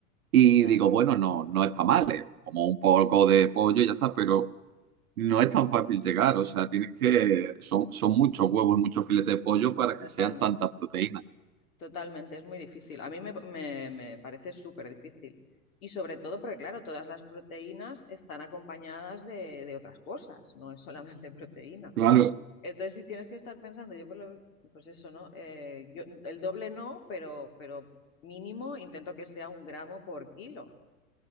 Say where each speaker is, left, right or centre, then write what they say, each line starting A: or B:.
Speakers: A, on the right; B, on the left.
A: Y
B: claro.
A: digo, bueno, no, no está mal, eh, como un poco de pollo y ya está, pero no es tan fácil llegar. O sea, tienes que, son, son muchos huevos, muchos filetes de pollo para que
B: Totalmente.
A: sean tantas proteínas.
B: Totalmente, es muy difícil. A mí me, me- me parece súper difícil. Y sobre todo porque, claro, todas las proteínas están acompañadas de, de otras cosas, no es solamente <laughs> proteína.
A: Claro.
B: Entonces, si tienes que estar pensando, yo por lo- pues eso, ¿no? Eh, yo, el doble no, pero, pero mínimo intento que sea un gramo por kilo